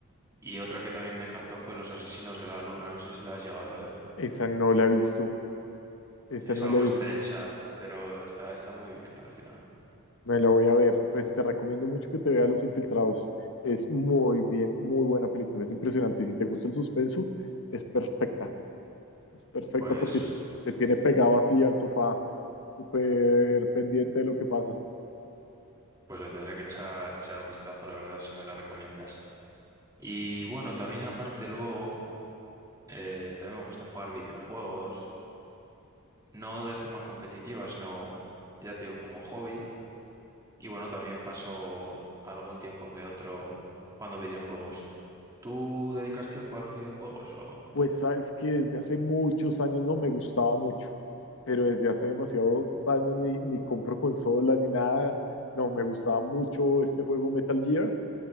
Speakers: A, on the right; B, on the left.
A: y otra que también me encantó fue Los Asesinos de la Luna, no sé si la has llegado a ver.
B: esa no la he visto, esa
A: Es
B: no
A: algo
B: la he visto,
A: extensa, pero está, está muy bien al final.
B: me la voy a ver. Pues te recomiendo mucho que te veas Los Infiltrados, es muy bien, muy buena película, es impresionante. Y si te gusta el suspenso, es perfecta, es perfecta
A: Pues,
B: porque es- te tiene pegado así al sofá, súper pendiente de lo que pasa.
A: pues le tendré que echar, echar un vistazo, la verdad, si me la recomiendas. Y bueno, también aparte luego, eh, también me gusta jugar videojuegos, no de forma competitiva, sino, ya te digo, como hobby. Y bueno, también paso algún tiempo que otro jugando videojuegos. ¿Tú dedicas tiempo a los videojuegos o...?
B: Pues sabes que desde hace muchos años no me gustaba mucho, pero desde hace demasiados años ni, ni compro consola ni nada. No, me gustaba mucho este juego Metal Gear,